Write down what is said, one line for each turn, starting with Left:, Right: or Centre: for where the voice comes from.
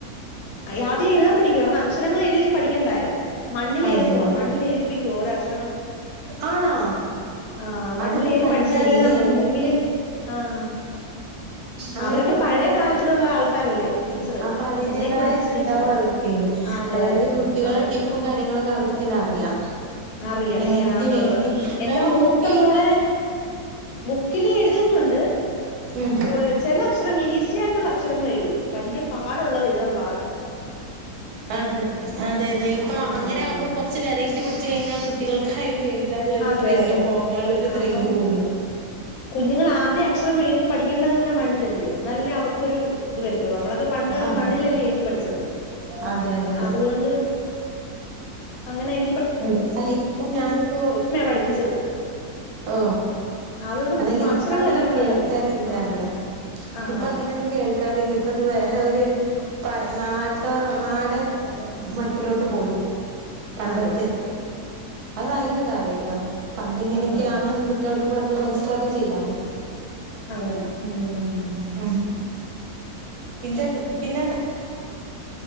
Left: ആ യാദ്യം എഴുതാൻ പഠിക്കുവ കാരണം അക്ഷരങ്ങൾ എഴുതി പഠിക്കേണ്ടായോ മണ്ണിൽ
Right: അതെ
Left: എഴുതുവാ
Right: അതെ
Left: മണ്ണിൽ എഴുതി <unintelligible> ഓരോ അക്ഷ
Right: ആണോ
Left: ആ മണ്ണിൽ
Right: അതൊക്കെ
Left: എഴുതി
Right: പണ്ടേനിലെ
Left: പഠിച്ചാലല്ലേ നമുക്ക്
Right: അങ്ങനെയൊക്കെ
Left: ബുക്കില് ആഹ്
Right: അങ്ങനൊക്കെ
Left: അവരൊക്കെ പഴയ
Right: പണ്ട്
Left: കാലത്തിലുള്ള <unintelligible>
Right: അപ്പ അതിന്റേതായ
Left: എന്നെയൊക്കെ പഠിപ്പിച്ച
Right: ഇത്ണ്ടാവും
Left: ടീച്ചറാ
Right: അവർക്ക്
Left: ആഹ് അതെ
Right: അതായത്
Left: അതെ
Right: കുട്ടികളെ
Left: അവർക്ക്
Right: ടിപ്പും കാര്യങ്ങളൊക്കെ അവർക്ക് തന്നെ അറിയാം
Left: അറിയാം
Right: എങ്ങനെയൊക്കെ
Left: എങ്ങനാന്നുള്ളത്
Right: ഏതൊക്കെ
Left: എന്റെ
Right: നമ്മ
Left: മൂത്ത
Right: ബുക്കിൽ എഴുതാന്
Left: മോളെ ബുക്കില് എഴുതുന്നുണ്ട്
Right: ഉം
Left: ഏ ചില അക്ഷരങ്ങൾ ഈസി ആയിട്ടുള്ള അ അക്ഷരങ്ങൾ എഴുതും വലിയ പാടുള്ളത് എഴുതാൻ പാട
Right: അതെ അതെ അതെ ഇപ്പൊ അങ്ങനെ
Left: ആഹ്
Right: ആകുമ്പോ കുറച്ച് വെറൈറ്റി റ്റി പിടിച്ച കഴിഞ്ഞാൽ കുട്ടികൾക്കായാലും എഴു താള്ള ഒരു
Left: അതെ
Right: ത്രില്ലും
Left: അതെ
Right: പോകാനുള്ള ഒരു
Left: ആഹ്
Right: ത്രില്ലും
Left: അപ്പം
Right: കൂടും
Left: കുഞ്ഞുങ്ങൾ ആദ്യം അക്ഷരം എഴുതി പഠിക്കേണ്ടത് തന്നെ മണ്ണിലലിയോ എന്നാലല്ലേ അവർക്കൊരു ഇത് വരുത്തുള്ളൂ നമ്മളൊക്കെ പണ്ട്
Right: അതെ
Left: മണ്ണിലല്ലേ എഴുതി പഠിച്ചത്
Right: അതെ അതെ
Left: അതുകൊണ്ട് അങ്ങനെ എ
Right: അ അല്ല ഇപ്പൊ ഞാനിപ്പോ
Left: പഠിപ്പിച്ചത്
Right: ഓ
Left: അതുകൊണ്ട്
Right: അതല്ലേ
Left: മ അക്ഷരങ്ങളെല്ലാം
Right: ഇപ്പ അങ്ങനെ
Left: നന്നായിട്ട്
Right: കേൾക്കാറില്ല
Left: അറിയാം ആഹ്
Right: അറിയാ
Left: ആഹ്
Right: ഇപ്പ
Left: ആഹ്
Right: അങ്ങനെയൊന്നും കേൾക്കാറി ല്ല ഇപ്പൊ അത് വേ ഒരു നാട്ടോറ നാടൻ മട്ടിലോട്ട് പോയി പണ്ടത്തെ
Left: അതെ
Right: അത് നല്ലൊരു കാര്യ കേട്ടോ പണ്ട് ഇങ്ങനെയൊക്കെയാണ്ന്ന്
Left: ആഹ്
Right: കുട്ടികക്ക്‌ പറഞ്ഞ് മനസ്സിലാക്കും ചെയ്യാല്ലേ
Left: അങ്ങനെ ഉം
Right: ആ പിന്നെ പിന്നെന്ത